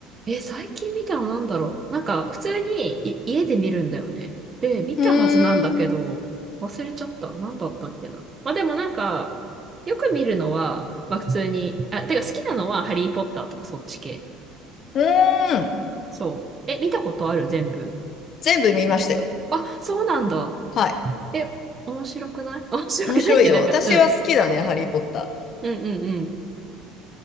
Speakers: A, on the right (about 25°); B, on the left (about 40°).
A: え、最近見たのなんだろう。なんか普通にい家で見るんだよね。で、見たはずなんだけど、
B: うーん。
A: 忘れちゃった。なんだったっけな。まあでもなんか、よく見るのは、まあ普通に、あ、てか好きなのはハリーポッターとかそっち系。
B: うーん。
A: そう。え、見たことある全部。
B: 全部見ましたよ。
A: あ、そうなんだ。
B: はい。
A: え、面白くない <laughs> 面白くないってなんか、
B: 面白いよ。私は好きだね、
A: うん。
B: ハリー・ポッタ
A: うんうんうん。